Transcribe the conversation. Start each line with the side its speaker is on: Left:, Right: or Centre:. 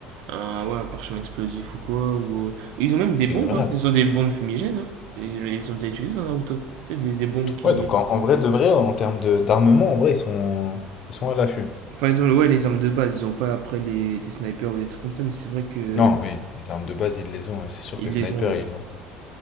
Right: un, ouais, un parchemin explosif ou quoi. Ou... euh, Ils ont même des
Left: C'est
Right: bombes,
Left: une grenade.
Right: hein. ils ont des bombes fumigènes. hein. Ils, ils ont été utilisées dans Naruto. Tu sais, des, des bombes qui.
Left: Ouais, donc en, en vrai, de vrai, en termes de- d'armement, en vrai, ils sont, ils sont à l'affût.
Right: Enfin, ils ont ouais, les armes de base, ils ont pas après les, des snipers ou des trucs comme ça, mais c'est vrai que
Left: Non, oui, les armes de base, ils les ont, ouais, c'est sûr
Right: ils
Left: que sniper,
Right: les ont, ouais.
Left: ils l'ont. pas.